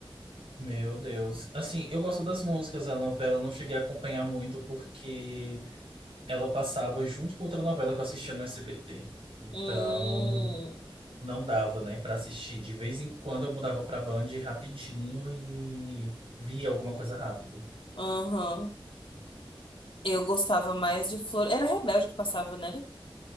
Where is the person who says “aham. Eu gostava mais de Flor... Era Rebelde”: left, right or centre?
Left